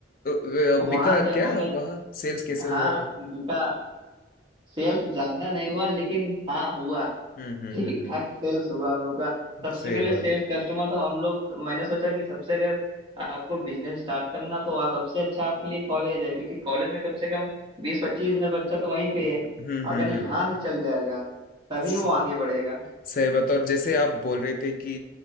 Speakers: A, on the left (about 45°); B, on the right (about 25°).
A: अ, अ,
B: वहां
A: बिका
B: से हम
A: क्या
B: लोग ने
A: वहाँ सेल्स कैसे हुआ
B: हाँ
A: वो
B: बिका सेल्स ज्यादा नहीं हुआ लेकिन हाँ हुआ
A: हम्म हम्म
B: ठीक
A: हम्म हम्म,
B: ठाक सेल्स हुआ हम लोग का सबसे
A: सही
B: पहले
A: बात
B: सेल्स कस्टमर तो हम लोग मैंने सोचा कि सबसे अगर आपको बिजनेस स्टार्ट करना तो वहाँ सबसे अच्छा आपके लिए कॉलेज है क्योंकि कॉलेज में कम से कम बीस पच्चीस हजार बच्चा तो वहीं पे है
A: हम्म
B: अगर
A: हम्म
B: यहाँ
A: हम्म
B: से चल जाएगा तभी
A: स-
B: वो आगे बढ़ेगा
A: सही बात और जैसे आप बोल रहे थे कि